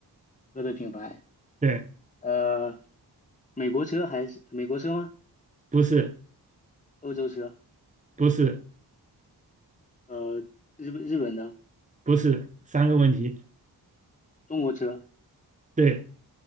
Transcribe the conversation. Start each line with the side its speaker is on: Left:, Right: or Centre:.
Left: 车的品牌，
Right: 对，
Left: 呃，美国车还是美国车吗？
Right: 不是
Left: 欧洲车？
Right: 不是
Left: 呃，日本日本的？
Right: 不是三个问题，
Left: 中国车？
Right: 对，